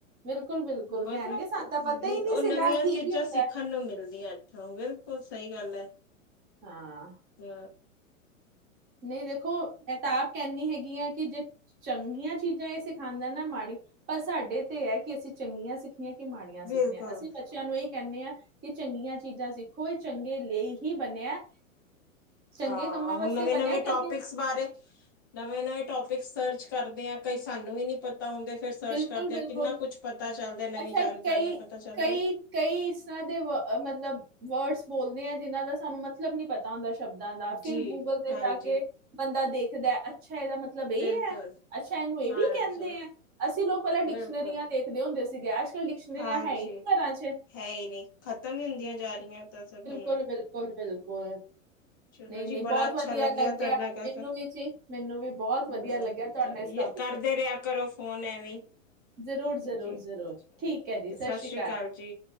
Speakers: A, on the right (about 25°); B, on the left (about 20°).
A: ਬਿਲਕੁਲ ਬਿਲਕੁਲ
B: ਮਤਲਬ,
A: ਕਹਿਣਗੇ ਸਾਨੂੰ ਤਾਂ ਪਤਾ ਹੀ ਨਹੀਂ
B: ਉਹ
A: ਸੀਗਾ
B: ਨਵੀਆਂ
A: ਕਿ
B: ਚੀਜ਼ਾਂ
A: ਇਹ ਵੀ ਹੁੰਦਾ
B: ਸਿੱਖਣ
A: ਹੈ।
B: ਨੂੰ ਮਿਲਦੀਆਂ। ਹਾਂ, ਬਿਲਕੁਲ ਸਹੀ ਗੱਲ ਹੈ।
A: ਹਾਂ।
B: ਹਾ।
A: ਨਹੀਂ ਦੇਖੋ, ਮੈਂ ਤਾਂ ਆਪ ਕਹਿੰਦੀ ਹੈਗੀ ਹਾਂ ਕਿ ਜੇ ਚੰਗੀਆਂ ਚੀਜ਼ਾਂ ਇਹ ਸਿਖਾਉਂਦਾ ਨਾ ਮਾੜੀ ਪਰ ਸਾਡੇ ਤੇ ਹੈ ਕਿ ਅਸੀਂ ਚੰਗੀਆਂ ਸਿਖ ਕਿ ਮਾੜੀਆਂ ਸਿੱਖਣੀਆਂ,
B: ਬਿਲਕੁਲ
A: ਅਸੀਂ ਬ ਬੱਚਿਆਂ ਨੂੰ ਇਹ ਕਹਿੰਦੇ ਆ ਕਿ ਚੰਗੀਆਂ ਚੀਜ਼ਾਂ ਸਿੱਖੋ ਇਹ ਚੰਗੇ ਲਈ ਹੀ ਬਣਿਆ। ਚੰਗੇ
B: ਹਾਂ
A: ਕੰਮਾਂ
B: ਹੁਣ
A: ਵਾਸਤੇ
B: ਨਵੇਂ
A: ਬਣਿਆ
B: ਨਵੇਂ
A: ਕਿ
B: ਟਪਿਕ
A: ਅੱਗੇ
B: ਬਾਰੇ ਨਵੇਂ -ਨਵੇਂ ਟੋਪਿਕ ਸਰਚ ਕਰਦੇ ਆ ਕਈ ਸਾਨੂੰ ਵੀ ਨੀ ਪਤਾ ਹੁੰਦੇ। ਫਿਰ ਸਰਚ
A: ਬਿਲਕੁਲ
B: ਕਰਦੇ
A: ਬਿਲਕੁਲ
B: ਹਾ ਕਿੰਨਾ ਕੁਛ ਪਤਾ ਚੱਲਦਾ ਨਵੀਂ
A: ਅੱਛਾ
B: ਜਾਣਕਾਰੀਆਂ
A: ਕਈ
B: ਪਤਾ ਚੱਲਦੀਆਂ।
A: ਕਈ ਕਈ ਇਸ ਤਰ੍ਹਾਂ ਦੇ ਮਤਲਬ, ਵਰਡਸ ਬੋਲਦੇ ਆ ਜਿਨਾਂ ਦਾ ਸਾਨੂੰ ਮਤਲਬ ਨੀ ਪਤਾ। ਦਾ ਸ਼ਬਦਾਂ ਦਾ ਫਿਰ
B: ਜੀ
A: ਗੂਗਲ ਤੇ
B: ਹਾਂਜੀ
A: ਜਾ ਕੇ ਬੰਦਾ ਦੇਖਦਾ ਅੱਛਾ ਇਹਦਾ ਮਤਲਬ ਇਹ
B: ਬਿਲਕੁਲ
A: ਹੈ ਅੱਛਾ ਇਹਨੂੰ ਇਹ
B: ਹਾਂਜੀ
A: ਵੀ ਕਹਿੰਦੇ ਆ! ਅਸੀਂ ਲੋਕ ਪਹਿਲਾਂ ਡਿਕਸ਼ਨਰੀਆਂ
B: ਬਿਲਕੁਲ
A: ਦੇਖਦੇ ਹੁੰਦੇ ਸੀਗੇ ਅੱਜ ਕੱਲ੍ਹ ਡਿਕਸ਼ਨਰੀਆਂ
B: ਹਾਂਜੀ
A: ਹੈ ਹੀ ਨਹੀਂ ਘਰਾਂ ਚ'।
B: ਹੈ ਹੀ ਨੀ। ਖਤਮ ਹੀ ਹੁੰਦੀਆਂ ਜਾ ਰਹੀਆਂ ਤਾਂ ਸਗੋਂ
A: ਬਿਲਕੁਲ-ਬਿਲਕੁਲ-ਬਿਲਕੁਲ।
B: ਚਲੋ
A: ਨਹੀ-ਨਹੀ
B: ਜੀ ਬੜਾ
A: ਬਹੁਤ
B: ਅੱਛਾ
A: ਵਧੀਆ ਲੱਗਿਆ
B: ਤੁਹਾਡੇ ਨਾਲ ਗੱਲ
A: ਮੈਨੂੰ
B: ਕਰ
A: ਵੀ ਜੀ ਮੈਨੂੰ ਵੀ ਬਹੁਤ
B: ਹੂੰ,
A: ਵਧੀਆ ਲੱਗਿਆ ਤੁਹਾਡਾ
B: ਚਲੋ
A: ਇਸਟੋਪਿਕ
B: ਕਰਦੇ ਰਿਹਾ ਕਰੋ ਫੋਨ ਐਵੇਂ,
A: ਜ਼ਰੂਰ
B: ਹ
A: ਜ਼ਰੂਰ ਜ਼ਰੂਰ ਠੀਕ ਹੈ
B: ਓਕੇ
A: ਜੀ
B: ਸਤਿ
A: ਸ਼੍ਰੀ
B: ਸ੍ਰੀ ਅਕਾਲ ਜੀ।